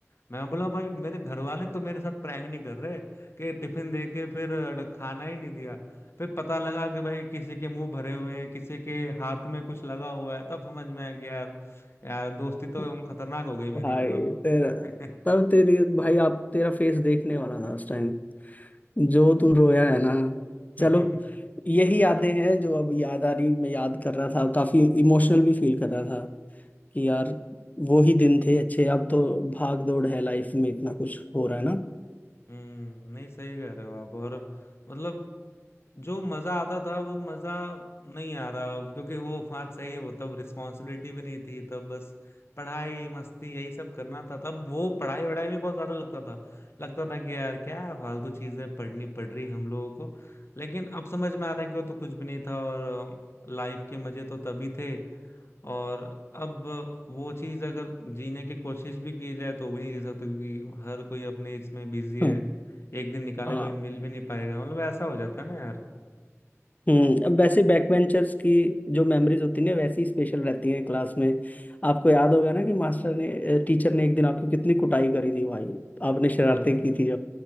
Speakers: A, on the left; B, on the left.
A: मैं बोला भाई मेरे घर वाले तो मेरे साथ प्रैंक नहीं कर रहे कि टिफिन दे के फिर अ, खाना ही नहीं दिया फिर पता लगा कि भाई किसी के मुंह भरे हुए हैं किसी के हाथ में कुछ लगा हुआ है तब समझ में आया कि यार यार दोस्ती
B: <laughs>
A: तो एकदम खतरनाक हो गई मेरी
B: भाई
A: मतलब
B: तेरा
A: <laughs>
B: तब तेरी भाई आप तेरा फेस देखने वाला था उस टाइम जो तू रोया है ना चलो
A: हम्म
B: यही यादें हैं जो अब याद आ रही मैं याद कर रहा था काफी इमोशनल भी फील कर रहा था कि यार वो ही दिन थे अच्छे अब तो भाग दौड़ है लाइफ में इतना कुछ हो रहा है ना
A: हम्म नहीं सही कह रहे हो आप और मतलब जो मजा आता था वो मजा नहीं आ रहा अब, क्योंकि वो बात सही है वो तब रिस्पॉन्सिबिलिटी भी नहीं थी तब बस पढ़ाई मस्ती यही सब करना था तब वो पढ़ाई वढ़ाई भी बहुत ज्यादा लगता था लगता था कि यार क्या फालतू चीजें पढ़नी पड़ रही हम लोगों को लेकिन अब समझ में आता है कि वो तो कुछ भी नहीं था और लाइफ के मजे तो तभी थे और अब वो चीज अगर जीने की कोशिश भी की जाए तो भी नहीं जी सकते क्योंकि हर कोई अपने इसमें बिजी
B: हम्म
A: है एक दिन निकाले
B: आ,
A: कोई मिल भी नहीं पाएगा मतलब ऐसा हो जाता है ना यार
B: हम्म अब वैसे बैक बेंचर्स की जो मेमोरीज होती है ना वैसी स्पेशल रहती हैं क्लास में आपको याद होगा ना कि मास्टर ने टीचर ने एक दिन आपकी कितनी कुटाई करी थी भाई आपने शरारतें
A: अरे
B: की थी